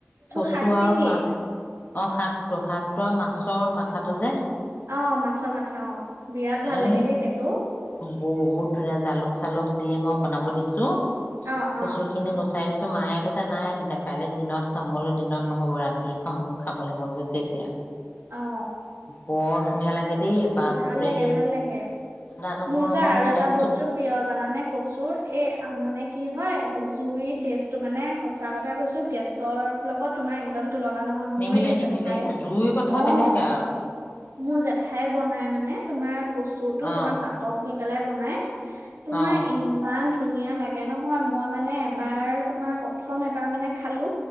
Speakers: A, on the left; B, on the right.
A: কচু
B: শাক
A: আৰু
B: নে কি
A: মাছ অ' শাকটো, শাকটো আৰু মাছৰ মাথাটো যে
B: অ' মাছৰ মাথা অ', বিৰাট ভাল
A: এই
B: লাগে দেই সেইটো
A: বহুত ধুনীয়া, জালুক-চালুক দিয়ে মই বনাব দিছোঁ
B: অ
A: কচুখিনি
B: অ
A: গছ চাই দিছো মায়ে কৈছে নাই, কাইলৈ দিনত খাম। মই বোলো দিনত নহ'ব ৰাতিয়ে খাম, মোৰ খাবলৈ মন গৈছে এতিয়া।
B: অ'।
A: বৰ ধুনীয়া লাগে দেই বাপৰে
B: ভাল লাগে ভাল লাগে
A: নহৰু
B: মোৰ যে
A: অকণ
B: আৰু
A: গুচাই
B: এটা
A: দিছো
B: বস্তু প্ৰিয় জানানে কচুৰ, এ মানে কি হয় জুইৰ টেষ্টটো মানে সঁচা কথা কৈছো, গেছৰ লগত তোমাৰ একদম তুলনা নহয়,
A: নিমিলে
B: মোৰ এই
A: নিমিলে
B: জেঠাই।
A: জুইৰ কথা
B: অ',
A: বেলেগে আৰু
B: মোৰ জেঠাই নাই মানে, তোমাৰ কচুটো
A: অ
B: তোমাৰ পাতত দি পেলাই বনাই। তোমাৰ
A: অ
B: ইমান। ধুনীয়া লাগে নহয়। মই মানে এবাৰ তোমাৰ প্ৰথম এবাৰ মানে খালো।